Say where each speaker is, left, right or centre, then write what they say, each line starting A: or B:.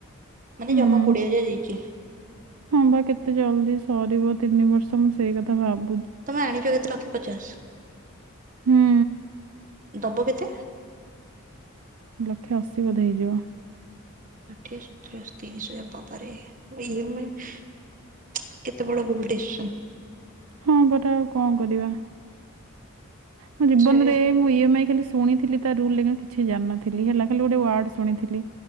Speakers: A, on the right; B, on the right.
A: ମାନେ
B: ହୁଁ,
A: ଜମା କୋଡିଏ ହଜାର ଦେଇଛି
B: ହଁ ବା କେତେ ଜଲଦି ସରିବ ତିନି ବର୍ଷ ମୁଁ ସେଇ କଥା ଭାବ
A: ତମେ ଆଣିଛ କେତେ ଲକ୍ଷେ ପଚାଶ?
B: ହୁଁ
A: ଦବ କେତେ? <inaudible>
B: ଲକ୍ଷେ ଅଶୀ ବୋଧେ ହେଇଯିବ।
A: ଷାଠିଏ, ସତୁରୀ, ଅଶି, ତିରିଶି ହଜାର ବାବାରେ। ଇଏମାଇ କେତେ ବଡ ଭୁଲ ଡିସିସନ୍।
B: ହଁ, ପର ଆଉ କଣ କରିବା। ମୋ ଜୀବନରେ
A: ସେଇଆ
B: ମୁଁ ଇଏମାଇ ଖାଲି ଶୁଣିଥିଲି ତା ରୁଲ କିଛି ଜାନନଥିଲି ହେଲା ଖାଲି ଗୋଟେ ୱାର୍ଡ଼ ଶୁଣିଥିଲି।